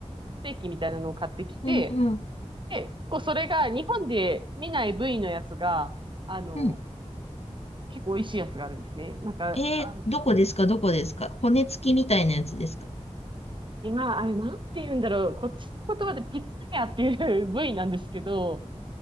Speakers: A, on the right; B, on the left.
A: ステーキみたいなのを買ってきて、
B: うんうん
A: で、こう、それが日本で見ない部位のやつが、あの、
B: うん。
A: 結構美味しいやつがあるんですね。なんか、
B: えーどこですかどこですか骨付きみたいなやつですか
A: あの、今、あれなんて言うんだろう。こっちの言葉でピッタニャっていう部位なんですけど、